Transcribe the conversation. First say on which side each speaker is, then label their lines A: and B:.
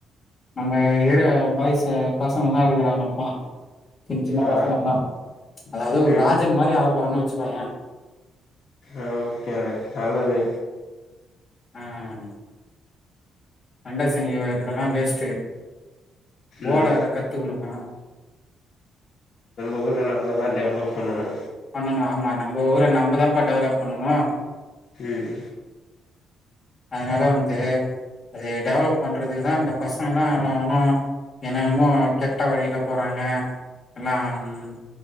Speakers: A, on the left; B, on the left.
A: நம்ம ஏரியா பாய்ஸு பசங்கெல்லா இருக்கறாங்கப்பா சின் சின்ன
B: ஆ
A: பசங்கெல்லா அதாவது ஒரு
B: ம்
A: ராஜன் மாரி ஆவப்போறன்னு வெச்சுக்கோயே
B: ஆ <unintelligible> நல்லது
A: உம் அண்ட செஞ்சு வர்ரதெல்லா வேஸ்ட்டு வோல்டு
B: ம்
A: ரெக்காட் த்து குடுக்கணு
B: ஊர நம்ம தா டெவலப் பண்ணணு
A: பண்ணனு ஆமா நம்ம ஊர நம்ப தாம்ப்பா டெவலப் பண்ணனு
B: ம்
A: அதுனால வந்து அதய டெவலப் பண்றதுக்கு தா இந்த பசங்கெல்லா எவ எவனோ என்னென்னமோ கெட்ட வழில போறாங்க எல்லா ம்